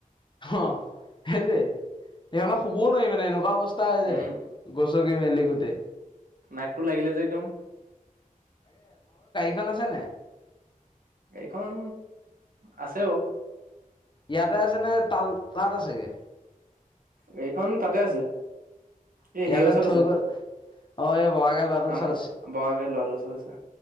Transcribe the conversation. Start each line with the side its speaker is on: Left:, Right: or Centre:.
Left: অ' সেইটোয়ে সেইকাৰে শুবও নোৱাৰি মানে এনেকুৱা অৱস্থ তা হৈ যায়
Right: উম
Left: গচকি মেলি গোতে।
Right: নাকটো লাগিলে যে একদম।
Left: খন আছে নাই?
Right: এইখন আছে বাও।
Left: ইয়াতে আছে নে তাল তাত আছেগে।
Right: গাড়ীখন তাতে আছে। এই
Left: ইয়াতে
Right: হেৰিৰ ওচৰত
Left: থৈ
Right: আছে
Left: গ'ল অ' এই বগাকে লৰাটো
Right: আমাৰ
Left: ওচৰত আছে।
Right: বগাকে ল'ৰাটোৰ ওচৰত আছে